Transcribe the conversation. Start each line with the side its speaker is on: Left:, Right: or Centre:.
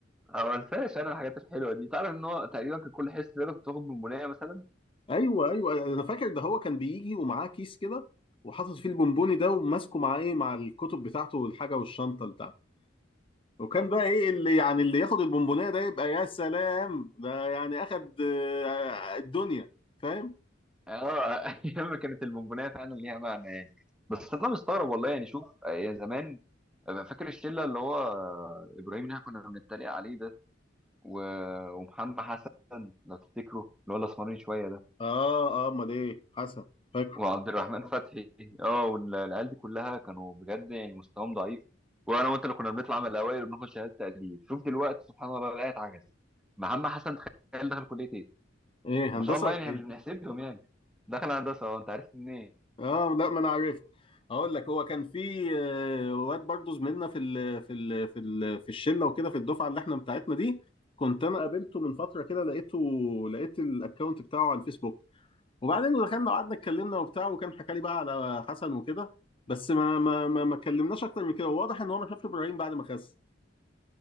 Centre: أنا ما انساش انا الحاجات الحلوه دي تعرف ان هو تقريبا كان كل حصه رياضه كنت باخد بونبونيه مثلا
Left: أيوه أيوه أنا فاكر ده هو كان بيجي ومعاه كيس كده وحاطط فيه البونبوني ده وماسكه معاه إيه مع الكتب بتاعته والحاجة والشنطة بتاعته وكان بقى ايه اللي يعني اللي ياخد البونبونية ده يبقى يا سلام ده يعني اخد آه، الدنيا فاهم
Centre: اه <laughs> ايام ما كانت البونبونيه فعلا ليها معنى يعني بس انا مستغرب والله يعني شوف يا زمان فاكر الشله اللي هو ابراهيم اللي إحنا كنا بنتريق عليه ده و... ومحمد حسن لو تفتكروا اللي هو الاسمرين شويه ده
Left: اه اه امال ايه حسن فاكره
Centre: وعبد الرحمن فتحي اه والعيال دي كلها كانوا بجد يعني مستواهم ضعيف وانا وانت اللي كنا بنطلع من الاوائل وبناخد شهاده تقدير شوف دلوقتي سبحان الله الايه اتعكست محمد حسن تخيل دخل كليه ايه
Left: ايه
Centre: ما
Left: هندسة
Centre: شاء الله
Left: ولا
Centre: يعني احنا
Left: ايه
Centre: مش بنحسبهم يعني دخل هندسه اه انت عارف منين
Left: اه لا ما انا عرفت اقول لك هو كان في آه، واد برضه زميلنا في ال في ال في ال في الشله وكده في الدفعه اللي احنا بتاعتنا دي كنت انا قابلته من فتره كده لقيته لقيت الاكونت بتاعه على الفيسبوك وبعدين دخلنا وقعدنا اتكلمنا وبتاع وكان حكى لي بقى على حسن وكده بس ما ما ما ما اتكلمناش اكتر من كده وواضح ان هو ما شافش ابراهيم بعد ما خس